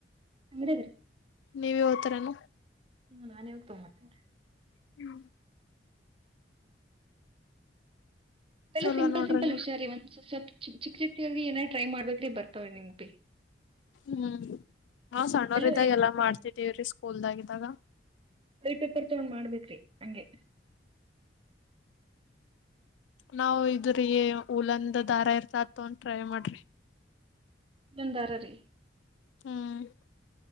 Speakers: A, on the right; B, on the left.
A: ಅಂಗಡಿ ಇದ್ರೀ
B: ನೀವಾವತರನು
A: ಹ್ಮ ನಾನ್ ಯವ ತಗೊತೇನ್
B: ಹ್ಮ
A: ಇದೆಲ್ಲ
B: ಚಲೋ
A: ಸಿಂಪಲ್
B: ನೋಡ್ರಿ
A: ಸಿಂಪಲ್
B: ನೀವ್.
A: ವಿಷಾರ ರೀ ಒಂದ ಸ್ವಪ ಚಿಕ್ ಚಿ ಏನಾರ ಟ್ರೈ ಮಾಡ್ಬೇಕ್ರಿ ಬರ್ತವ ನಿನ್ಪಿ
B: ಹ್ಮ್ ನಾವ್ ಸಣ್ಣವರ್ದಾಗ
A: ವೈಟ್
B: ಎಲ್ಲಾ ಮಾಡ್ತಿದ್ದೀವ್ರೀ ಸ್ಕೂಲ್ದಾಗ್ದಾಗ
A: ಬಲ್ ಪೇಪರ್ ತಗೊಂಡ್ ಮಾಡ್ಬೇಕ್ರಿ ಹಂಗೆ
B: ನಾವ್ ಇದ್ರಿ ಹಲಂದ ದಾರ ಇರ್ತ ಆತ ಒನ್ ಟ್ರೈ ಮಾಡ್ರಿ
A: ನಿಂದಾರ ರೀ
B: ಹ್ಮ್